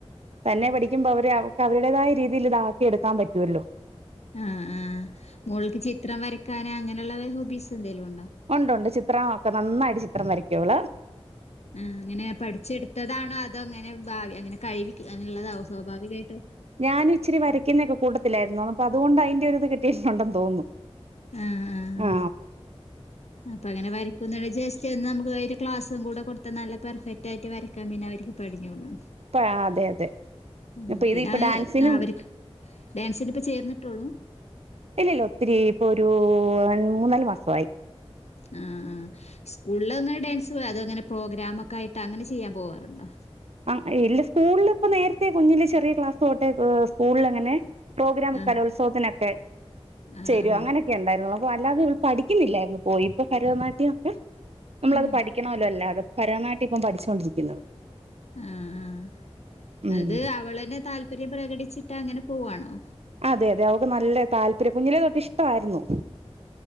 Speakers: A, on the right; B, on the left.
A: തന്നെ പഠിക്കുമ്പോ അവര് അവർക്ക് അവരുടേതായ രീതിയിൽ ഇതാക്കി എടുക്കാൻ പറ്റുവല്ലോ
B: ആഹ് ആഹ് മോൾക്ക് ചിത്രം വരയ്ക്കാനോ അങ്ങനെയുള്ള ഹോബീസ് എന്തെലും ഉണ്ടോ
A: ഉണ്ട്ണ്ട് ചിത്രമൊക്കെ നന്നായിട്ട് ചിത്രം വരക്കുള്
B: ആ അങ്ങനെ പഠിച്ചെടുത്തതാണോ അതോ അങ്ങനെ ഭാവി അങ്ങനെ കഴി അങ്ങനെുള്ളതാ സ്വാഭാവികമായിട്ട്
A: ഞാനെച്ചരി വരയ്ക്കും <unintelligible> യിരുന്നു പ്പോഅതുകൊണ്ട് അതിന്റെ ഒരു ഇത് കിട്ടിയിട്ടുണ്ടെന്ന് തോന്നുന്നു
B: ആഹ് ആഹ്
A: ആ
B: അപ്പൊ അങ്ങനെ വരക്കുന്ന ജസ്റ്റ് നമുക്ക് ഒരു ക്ലാസ്സും കൂടെ കൊടുത്തൽ നല്ല പെർഫെക്റ്റ് ആയിട്ട് വരക്കൻേന്നെ അവർക്ക് പഠഞ്ഞോളു
A: ഇപ്പ അതെ അതെ
B: ഉഹ്
A: ഇപ്പൊ
B: പിന്നെ
A: ഇത് ഇപ്പൊ ഡാൻസിനും
B: അവരിക്ക് ഡാൻസിന് ഇപ്പ ചേർന്നിട്ടോളൂ
A: ഇല്ല ഇല്ല ഒത്തിരി ഇപ്പൊ ഒരു മൂന്നാല് മാസയി
B: ആഹ് ആഹ് സ്കൂളില് അങ്ങനെ ഡാൻസ് അതോങ്ങനെ പ്രോഗ്രാമൊക്കെ ആയിട്ട് അങ്ങനെ ചെയ്യാൻ പോവാറുണ്ടോ
A: ആ ഇല്ല സ്കൂളിൽ ഇപ്പ നേരത്തെ കുഞ്ഞിലെ ചെറിയ ക്ലാസ് തോട്ടെ സ്കൂളിൽ അങ്ങനെ പ്രോഗ്രാം
B: ആഹ്
A: കലോത്സവത്തിനൊക്കെ
B: ആഹ്
A: ചേരും
B: ആഹ്
A: അങ്ങനെയൊക്കെ ഉണ്ടായിരുന്നോളു അല്ലാതെ ഇവൾ പഠിക്കുന്നില്ലായിരുന്നു പോയി ഇപ്പൊ ഭരതനാട്യം ഒക്കെ നമ്മളത്
B: ആഹ്
A: പഠിക്കണമല്ലോ അല്ലാതെ ഭരതനാട്യം ഇപ്പൊ പഠിച്ചോണ്ടിരിക്കുന്ന്
B: ആഹ ആഹ്
A: ഉം
B: അത് അവളന്നെ താല്പര്യം പ്രകടിച്ചിട്ട് അങ്ങനെ പോവാണോ?
A: അതെഅതെ അവക്ക് നല്ല താല്പര്യം കുഞ്ഞിലെ തൊട്ട് ഇഷ്ടരുന്നു